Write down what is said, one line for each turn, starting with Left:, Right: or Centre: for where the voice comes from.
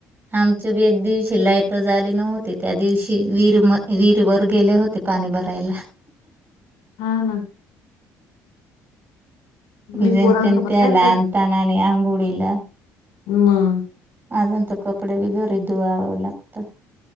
Right: आमचे बी एक दिवशी लाईट झाली नव्हती त्या दिवशी विीर वर वर गेले होते पाणी भरायला
Left: हा ना मी
Right: जेम
Left: पोरांसोबत
Right: तेम त्याला
Left: काय
Right: अता ना आणि अंगुळी अला
Left: हम्
Right: अंतु कपडे बिघरद्ववला वक्त